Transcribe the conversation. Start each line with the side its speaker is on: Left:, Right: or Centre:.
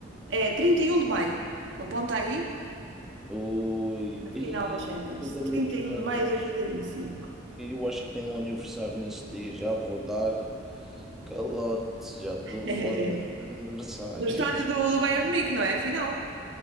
Right: É 31 de maio. Aponta aí
Centre: Ui,
Right: a
Centre: e
Right: final da Champions.
Centre: chegando
Right: trinta
Centre: à final,
Right: e um de maio
Centre: eu
Right: de
Centre: acho
Right: dois mil e e vinte e cinco
Centre: eu acho que tenho um aniversário nesse dia. Já vou dar calote, já estou
Right: <laughs>
Centre: fora desse aniversário.
Right: No estádio
Centre: <laughs>
Right: do, do Bayern Munique, não é? A final.